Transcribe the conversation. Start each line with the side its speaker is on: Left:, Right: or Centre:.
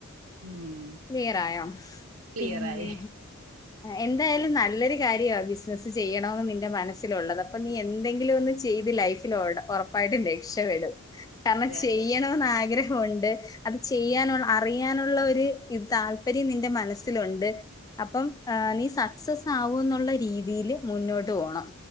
Right: ഉം
Left: ക്ലിയർ ആയോ
Right: ക്ലിയറായി
Left: പിന്നെ എന്തായാലും നല്ലൊരു കാര്യവ ബിസിനസ്സ് ചെയ്യണന്ന് നിന്റെ മനസ്സിലുള്ളത് അപ്പൊ നീ എന്തെങ്കിലും ഒന്ന് ചെയ്ത് ലൈഫ് ഉറപ്പായിട്ടും രക്ഷപ്പെടും കാരണം
Right: അതെ
Left: ചെയ്യണന്ന്
Right: അതെ
Left: ആഗ്രഹൊണ്ട് അത് ചെയ്യാന് അറിയാനുള്ള ഒരു ത് താല്പര്യം നിന്റെ മനസ്സിലൊണ്ട്- അപ്പം നീ സക്സസ് ആവും എന്നുള്ള രീതിൽ മുന്നോട്ട് പോണം.